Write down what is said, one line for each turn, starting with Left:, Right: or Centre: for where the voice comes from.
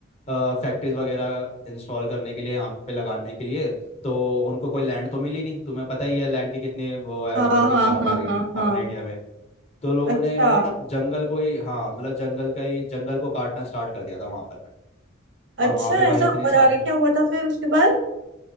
Left: फैक्ट्रीज वगैरह इंस्टॉल करने के लिए यहाँ पे लगाने के लिए तो उनको कोई लैंड तो मिली नहीं तुम्हें पता ही है लैंड की कितनी वो है
Right: हाँ
Left: मतलब कि
Right: हाँ
Left: मारा मारी
Right: हाँ हाँ हाँ
Left: अपने इंडिया में तो लोगों
Right: अच्छा
Left: ने मतलब ना जंगल को ही हाँ मतलब जंगल का ही जंगल को काटना स्टार्ट कर दिया था वहां पर
Right: अच्छा
Left: और वहां पे भाई
Right: ऐसा
Left: इतने
Right: और
Left: सा
Right: आगे क्या हुआ था फिर उसके बाद